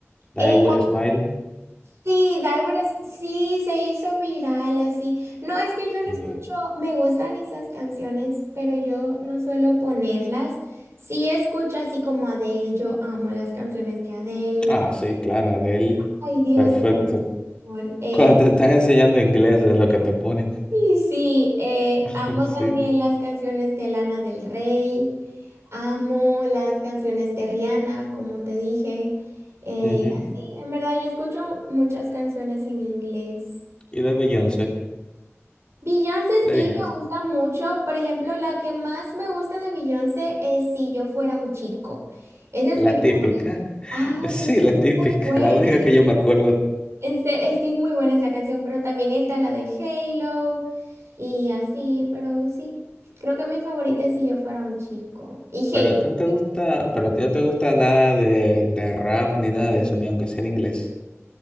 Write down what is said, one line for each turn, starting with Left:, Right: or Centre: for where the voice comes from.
Left: Die
Right: Eh,
Left: With a Smile.
Right: Sí, Daiguras, sí, se hizo viral así. No, es que yo no
Left: Sí.
Right: escucho, me gustan esas canciones, pero yo no suelo ponerlas. Sí escucho así como Adele, yo amo las canciones de Adele.
Left: Ah, sí, claro, Adele,
Right: Ay, Dios,
Left: perfecto.
Right: yo tengo razón. Eh,
Left: Cuando te están enseñando inglés es lo que te ponen,
Right: y sí, eh,
Left: <laughs>
Right: amo
Left: sí.
Right: también las canciones de Lana del Rey, amo las canciones de Rihanna, como te dije. eh,
Left: ujú.
Right: y así, en verdad, yo escucho muchas canciones en inglés.
Left: Y de Beyoncé,
Right: Beyoncé
Left: de
Right: sí
Left: Beyoncé.
Right: me gusta mucho. Por ejemplo, la que más me gusta de Beyoncé es Si yo fuera un chico. Esa es
Left: La
Right: mi favorita.
Left: típica, <laughs>
Right: Ay,
Left: sí,
Right: es que
Left: la
Right: es
Left: típica,
Right: muy buena.
Left: la única que yo me acuerdo.
Right: En se- Es que es muy buena esa canción, pero también está la de Halo y así, pero sí. Creo que mi favorita es Si yo fuera un chico. Y
Left: Pero
Right: Halo.
Left: a ti no te gusta, pero a ti no te gusta nada de, de rap ni nada de eso, ni aunque sea en inglés.